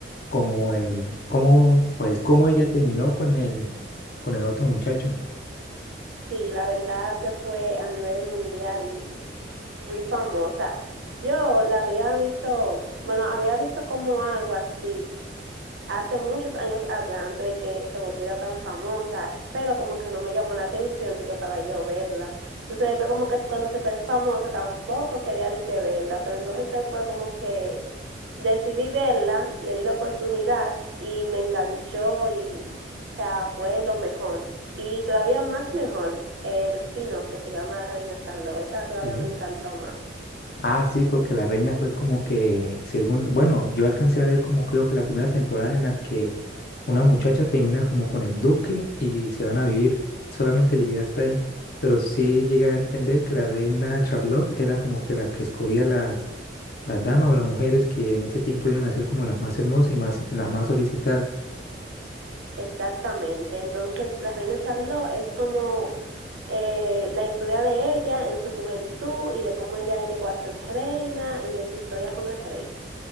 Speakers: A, on the left (about 55°); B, on the right (about 80°).
A: como el, cómo, o el cómo ella terminó con el, con el otro muchacho.
B: Sí, la verdad se fue a nivel mundial y muy famosa. Yo la había visto, bueno, había visto como algo así, hace muchos años atrás, antes de que se volviera tan famosa, pero como que no me llamó la atención de que para yo verla. Entonces después como que cuando se fue famosa tampoco quería de que verla, pero entonces después como que decidí verla, le di la oportunidad y me enganchó y o sea, fue lo mejor. Y todavía más mejor el spin-off que se llama La Reina Charlotte, esa todavía
A: Sí.
B: me encantó más.
A: Ah, sí, porque la reina fue como que, según, bueno, yo alcancé a ver como creo que la primera temporada en la que una muchacha termina como con el duque y se van a vivir, solamente llegué hasta ahí, pero sí llegué a entender que la reina Charlotte era como que la que escogía las, las damas o las mujeres que en ese tiempo iban a ser como las más hermosas y más, las más solicitadas.
B: Exactamente. Entonces, La Reina Charlotte es como eh, la historia de ella en su juventud y de cómo ella llegó a ser reina y de su historia con el rey.